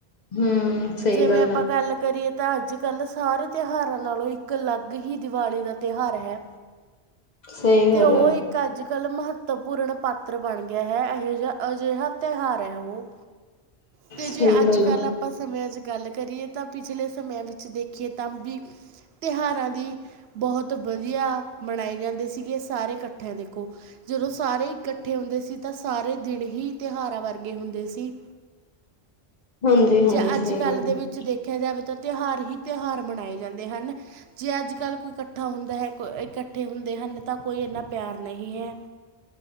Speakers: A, on the left; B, on the right.
A: ਹਮ ਸਹੀ
B: ਜਿਵੇਂ ਆਪਾਂ
A: ਆ
B: ਗੱਲ ਕਰੀਏ ਤਾਂ ਅੱਜ ਕੱਲ ਸਾਰੇ ਤਿਉਹਾਰਾਂ ਨਾਲੋਂ। ਇੱਕ ਅਲੱਗ ਹੀ ਦੀਵਾਲੀ ਦਾ ਤਿਉਹਾਰ ਹੈ
A: ਸਹੀ
B: ਤੇ
A: ਗੱਲ
B: ਉਹ
A: ਆ
B: ਇੱਕ। ਇੱਕ ਅੱਜ ਕੱਲ ਮਹੱਤਵਪੂਰਨ ਪਾਤਰ ਬਣ ਗਿਆ ਹੈ। ਇਹੋ ਜਿਹਾ ਅਜਿਹਾ ਤਿਉਹਾਰ ਹੈ ਉਹ। ਅਤੇ
A: ਸਹੀ
B: ਜੇ ਅੱਜ
A: ਗੱਲ
B: ਕੱਲ੍ਹ
A: ਆ
B: ਆਪਾਂ ਸਮਿਆਂ 'ਚ ਗੱਲ ਕਰੀਏ ਤਾਂ ਪਿਛਲੇ ਸਮਿਆਂ ਵਿੱਚ ਦੇਖੀਏ ਤਾਂ ਵੀ। ਤਿਉਹਾਰਾਂ ਦੀ ਬਹੁਤ ਵਧੀਆ ਮਨਾਏ ਜਾਂਦੇ ਸੀਗੇ ਸਾਰੇ ਇਕੱਠਿਆਂ ਦੇਖੋ। ਜਦੋਂ ਸਾਰੇ ਇਕੱਠੇ ਹੁੰਦੇ ਸੀ ਤਾਂ ਸਾਰੇ ਦਿਨ ਹੀ ਤਿਉਹਾਰਾਂ ਵਰਗੇ ਹੁੰਦੇ ਸੀ।
A: ਹਾਂਜੀ ਹਾਂਜੀ
B: ਜੇ ਅੱਜ
A: ਸਹੀ
B: ਕੱਲ੍ਹ
A: ਗੱਲ
B: ਦੇ
A: ਆ
B: ਵਿੱਚ ਦੇਖਿਆ ਜਾਵੇ ਤਾਂ ਤਿਉਹਾਰ ਹੀ ਤਿਉਹਾਰ ਮਨਾਏ ਜਾਂਦੇ ਹਨ। ਜੇ ਅੱਜ ਕੱਲ੍ਹ ਕੋਈ ਇਕੱਠਾ ਹੁੰਦਾ ਹੈ ਇਕੱਠੇ ਹੁੰਦੇ ਹਨ ਤਾਂ ਕੋਈ ਇੰਨਾ ਪਿਆਰ ਨਹੀਂ ਹੈ।